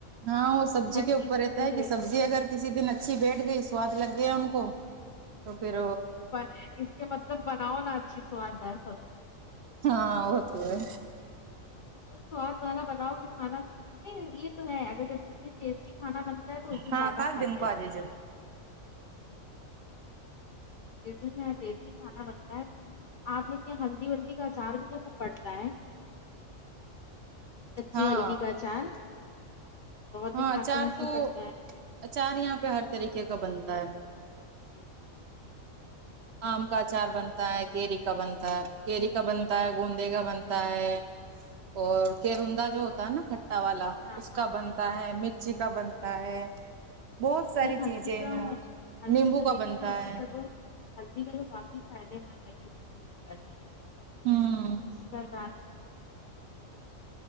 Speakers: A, on the right; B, on the left.
A: ہاں وہ سبزی
B: ہر
A: کے اوپر
B: چیز کا
A: رہتا
B: تو ایک
A: ہے کہ
B: ریشو
A: سبزی
B: رہتا
A: اگر
B: ہے
A: کسی دن اچھی بیٹھ گئی سواد لگ گیا ان کو تو پھر
B: پر اس کے مطلب بناؤ نا اچھی سواد ہے سبزی
A: ہاں وہ تو ہے
B: سواد والا بناؤ گے کھانا نہیں یہ تو ہے اگر جتنی ٹیسٹی کھانا بنتا ہے تو
A: ہاں
B: زیادہ
A: کل
B: کھا
A: دن
B: لیا
A: کو آ جائیے
B: جس دن ٹیسٹی کھانا بنتا ہے آپ لوگ کے یہاں ہلدی ولدی کا اچار بھی تو پڑتا ہے کچی
A: ہاں
B: ہلدی کا اچار بہت
A: ہاں
B: دکھاتے
A: اچار
B: ہیں اس سے
A: تو
B: پڑتا ہے
A: اچار یہاں پہ ہر طریقے کا بنتا ہے
B: ہمم
A: آم کا اچار بنتا ہے کیری کا بنتا ہے کیری کا بنتا ہے گوندے کا بنتا ہے اور کیرندا جو ہوتا ہے نا کھٹا والا
B: ہاں
A: اس
B: ہاں
A: کا
B: ہاں
A: بنتا
B: دکھاؤں۔
A: ہے مرچی کا بنتا ہے بہت ساری
B: نہیں ہلدی
A: چیزیں ہیں
B: کا ہلدی
A: نیمبو کا
B: دیکھنا
A: بنتا
B: ہلدی
A: ہے
B: کا تو ہلدی کا تو کافی فائدے مند ہے کچی ہلدی کا جو
A: ہوں
B: اکثر رات